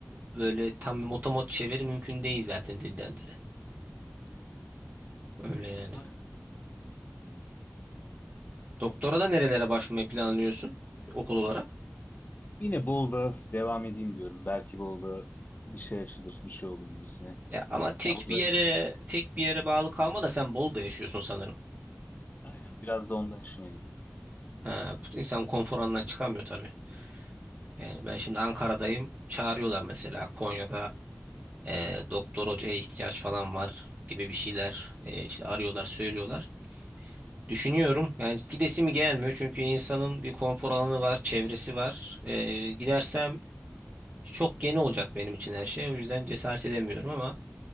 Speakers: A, on the right; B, on the left.
A: Böyle tam bir motomot çeviri mümkün değil zaten dilden dile. Öyle yani.
B: Aynen.
A: Doktora da nerelere başvurmayı planlıyorsun okul olarak?
B: Yine Bolu'da devam edeyim diyorum. Belki Bolu'da bir şey açılır, bir şey olur gibisine.
A: Ya ama tek
B: Ya hocalarım.
A: bir yere tek bir yere bağlı kalma da sen Bolu'da yaşıyorsun sanırım.
B: Aynen. Biraz da ondan işime geliyor.
A: Ha, bu insan konfor alanından çıkamıyor tabii. Yani ben şimdi Ankara'dayım.
B: Aynen.
A: Çağırıyorlar mesela Konya'da e, doktor hocaya ihtiyaç falan var gibi bir şeyler e, işte arıyorlar söylüyorlar. Düşünüyorum yani gidesi mi gelmiyor çünkü insanın bir konfor alanı var çevresi var. E, gidersem çok yeni olacak benim için her şey o yüzden cesaret edemiyorum ama.